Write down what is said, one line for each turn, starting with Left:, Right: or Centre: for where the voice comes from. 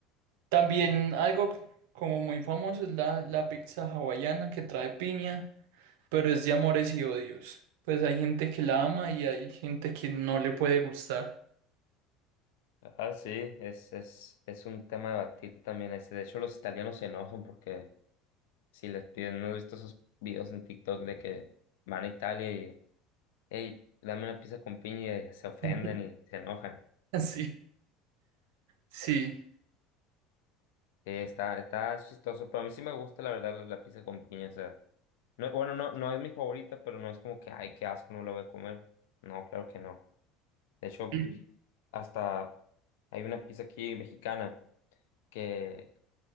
Right: también algo c- como muy famoso es la, la pizza hawaiana que trae piña, pero es de amores y odios. Pues hay gente que la ama y hay gente que no le puede gustar.
Left: Ah, sí, es, es, es un tema de batir también ese. De hecho, los italianos se enojan porque si les piden, ¿no has visto esos videos en TikTok de que van a Italia y, hey, dame una pizza con piña y se ofenden
Right: <laughs>
Left: y se enojan?
Right: Sí, sí.
Left: Sí, está, está chistoso, pero a mí sí me gusta la verdad la, la pizza con piña, o sea, no, bueno, no, no es mi favorita, pero no es como que, ay, qué asco, no la voy a comer. No, claro que no. De hecho,
Right: Sí.
Left: hasta hay una pizza aquí mexicana que,